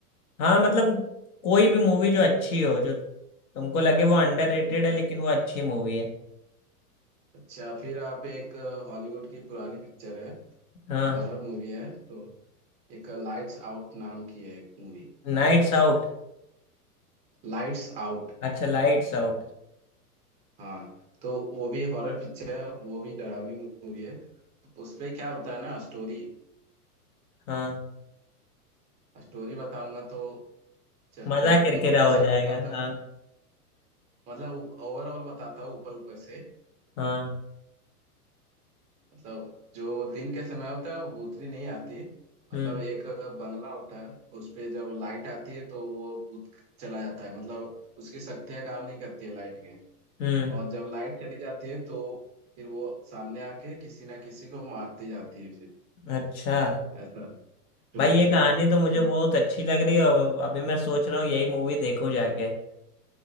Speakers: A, on the left; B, on the right.
A: हाँ मतलब कोई भी मूवी जो अच्छी हो जो तुमको लगे वो अंडररेटेड
B: ठीक
A: है
B: है
A: लेकिन वो अच्छी मूवी है
B: अच्छा फिर आप एक हॉलीवुड की पुरानी पिक्चर है
A: हाँ
B: हॉरर मूवी है तो एक लाइट्स आउट नाम की है एक मूवी
A: Nights out
B: लाइट्स आउट
A: अच्छा लाइट्स आउट
B: हाँ तो वो भी हॉरर पिक्चर है वो भी डरावनी मूवी है उसमें क्या होता है ना स्टोरी
A: हाँ
B: स्टोरी बताऊंगा तो च-
A: मजा किरकिरा
B: दिन के समय
A: हो जाएगा
B: होता
A: हाँ
B: है, मतलब ओवरऑल बताता हूँ ऊपर ऊपर से
A: हाँ
B: मतलब जो दिन के समय होता है वो भूतनी नहीं आती मतलब
A: हम्म
B: एक बंगला होता है उस पे जब लाइट आती है तो वो भूत चला जाता है मतलब उसकी शक्तियाँ काम नहीं करती है लाइट के
A: हम्म
B: और जब लाइट चली जाती है तो फिर वो सामने आके किसी ना किसी को मारती जाती है फिर
A: अच्छा
B: ऐसा स्टोरी
A: भाई ये
B: है
A: कहानी तो मुझे
B: तो
A: बहुत अच्छी लग रही है और अभी मैं सोच रहा हूँ यही मूवी देखूं जाके अ-